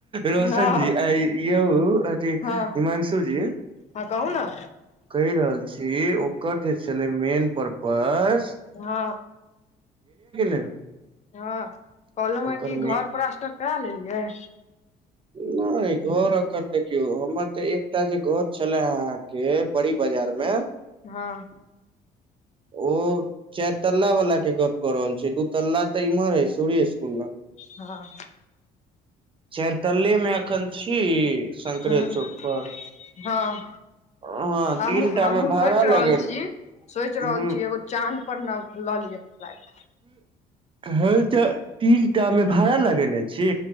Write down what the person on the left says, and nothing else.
हँ
हँ
हँ कहू ने
हँ
हँ कहल ह
कि घर
प्लास्टर करा लेलियै
हँ
हँ
हँ
हँ
हमहूँ
हमहूँ
सोचि
रहल
छी सोचि
रहल छियै एगो चाँद पर न लऽ लिय फलाइट